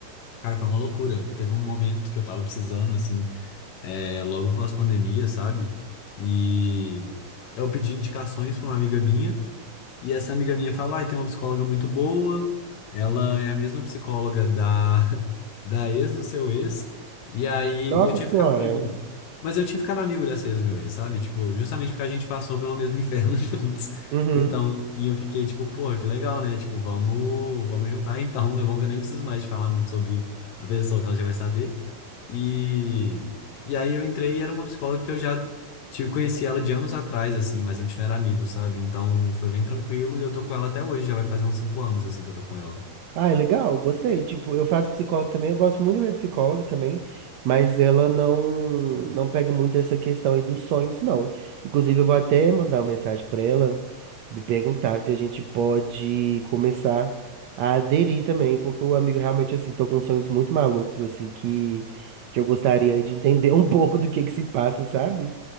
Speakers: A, on the left; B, on the right.
A: Cara, foi uma loucura. Teve um momento que eu tava precisando, assim, é, logo pós-pandemia, sabe? E eu pedi indicações pra uma amiga minha. E essa amiga minha falou, ai, tem uma psicóloga muito boa, ela é a mesma psicóloga da, <laughs> da ex do seu ex, e aí
B: Nossa
A: e eu tinha
B: senhora.
A: ficado amigo, né? mas eu tinha ficado amigo dessa ex meu ex, sabe? Tipo, justamente porque a gente passou pelo mesmo <laughs> inferno juntos.
B: Uhum.
A: Então, assim, eu fiquei tipo, porra, que legal, né? Tipo, vamos, vamos juntar então. <laughs> É bom que eu nem preciso mais de falar muito sobre a pessoa que ela já vai saber. E, e aí eu entrei e era uma psicóloga que eu já Tipo, conheci ela de anos atrás, assim, mas a gente não era amigo, sabe? Então foi bem tranquilo e eu tô com ela até hoje, já vai fazer uns cinco anos, assim, que eu tô com ela.
B: Ah, é legal, gostei. Tipo, eu faço psicóloga também, eu gosto muito da minha psicóloga também, mas ela não não pega muito essa questão aí dos sonhos, não. Inclusive, eu vou até mandar uma mensagem pra ela, me perguntar se a gente pode começar a aderir também, porque o amigo realmente, assim, tô com sonhos muito malucos, assim, que, que eu gostaria de entender <laughs> um pouco do que que se passa, sabe?